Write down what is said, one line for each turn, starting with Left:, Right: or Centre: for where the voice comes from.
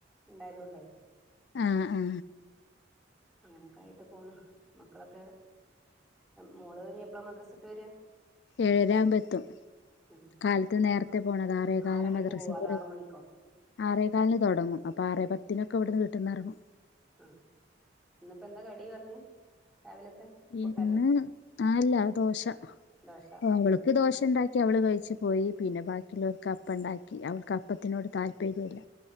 Centre: ണ്ടായതൊണ്ടേ
Left: ആ അ
Centre: അങ്ങനെ ഒക്കായിട്ട് പോണ് മക്കളൊക്കെ മോള് ഇനി എപ്പളാ മദ്രസ വിട്ട് വരാ
Left: ഏഴര ആവുമ്പോ എത്തും
Centre: ഉം
Left: കാലത്ത് നേരത്തെ പോണത ആറേ കാലന്
Centre: ആറരക്ക്
Left: മദ്രസ
Centre: പോവും അത്
Left: പോ
Centre: ആറ് മണിക്കോ
Left: ആറേക്കാലിന് തൊടങ്ങും അപ്പൊ ആറേ പത്തിനൊക്കെവ്ട്‌ന്ന് വീട്ട്ന്ന് എറ്ങ്ങും
Centre: ആ ന്നിപ്പോ ന്താ കടി പറഞ്ഞെ രാവിലത്തെ പുട്ടന്നെ
Left: ഇന്ന് ആല്ല ദോശ <unintelligible>
Centre: ദോശ
Left: ക്ക് ദോശ ണ്ടാക്കി അവള് കഴിച്ച് പോയി പിന്നെ ബാക്കിയുള്ളവർക്ക് അപ്പ ണ്ടാക്കി അവൾക്ക് അപ്പത്തിനോട് താല്പര്യല്ല